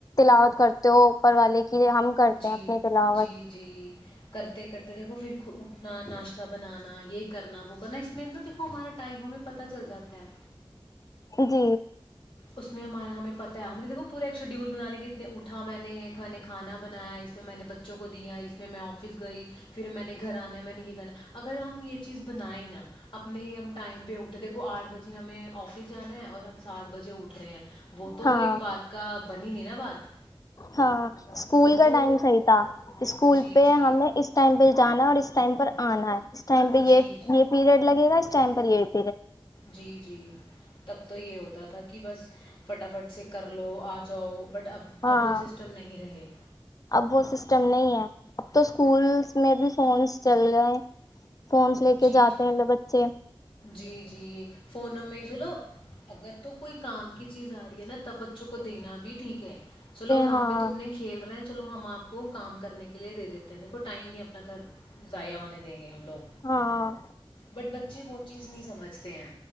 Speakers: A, on the left; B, on the left.
A: لاوت کرتے تو اوپر والے کی ہم کرتے
B: جی
A: ہیں اپنی تلاوت
B: جی جی کرتے کرتے دیکھو پھر اٹھنا ناشتہ بنانا یہ کرنا وہ کرنا اس میں نہا دیکھو ہمارا ٹائم ہمیں پتہ چل جاتا ہے
A: جی
B: اس میں ہمارا ہمیں پتا ہے ہم نے دیکو پورا ایک شیڈیول بنانے کی ات اٹھا میں نے یہ نے کھانا بنایا اس میں میں نے بچوں کو دیا اس میں میں آفس گئی پھر میں نے گھر آنا ہے میں نے یہ کرنا اگر ہم یہ چیز بنائیں نا اپنے ہی ہم ٹائم پہ اٹھے دیکھو آٹھ بجے ہمیں آفس جانا ہے اور رمساد بس اٹھ رہے ہیں وہ تو
A: ہاں
B: کوئی بات کا بنی نہیں نا بات
A: ہاں اسکول
B: وہ
A: کا
B: تو
A: ٹائم صحیح تھا اسکول
B: جی
A: پہ
B: جی
A: ہمیں اس ٹائم پہ جانا اور اس ٹائم پر آنا ہے اس ٹائم پہ
B: جی
A: یہ
B: جی
A: یہ پیریڈ لگےا اس ٹائم پر یہ پہ
B: جی جی تب تو یہ ہوتا تھا کہ بس فٹافٹ سے کر لو آ جاؤ بٹ اب
A: ہاں
B: اب وہ سسٹم نہیں رہے
A: اب وہ سسٹم نہیں ہے اب تو اسکولس میں بھی فونس چل گئے فونس لے
B: جی
A: کے جاتے
B: جی
A: ہیں لو بچے
B: جی جی فونوں میں چلو اگر تو کوئی کام کی چیز آ رہی ہے نا تب بچوں کو دینا بھی ٹھیک چلو جہاں
A: ہاں
B: پہ تم نے کھیل رہے ہیں چلو ہم آپ کو کام کرنے کے لیے دے دیتے دیکھو ٹائم نہیں اپنا گھر ضائع ہونے دیں گے ہم لوگ
A: ہاں
B: بٹ بچے وہ چیز <inaudible> کچھ نہیں سمجھتے ہیں